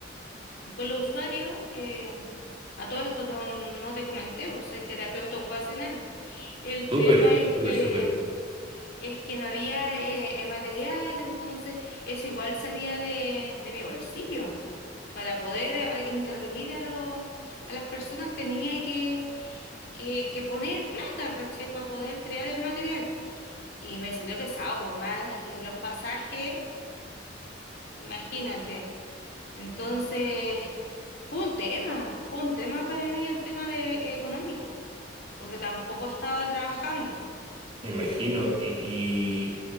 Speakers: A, on the left; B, on the right.
A: con los usuarios. eh, a todo esto no, no te comenté, vos soy terapeuta ocupacional. El
B: Súper,
A: tema es
B: súper,
A: que,
B: súper,
A: es que no había eh, eh, material, entonces eso igual salía de, de mi bolsillo. Para poder eh, intervenir a, los a las personas tenía que, que, que poner plata, ¿cachai? Para poder crear el material y me salió pesado, pues más eh, los pasajes, imagínate. Entonces, fue un tema, fue un tema para mí el tema de económico, porque tampoco estaba trabajando.
B: me imagino. y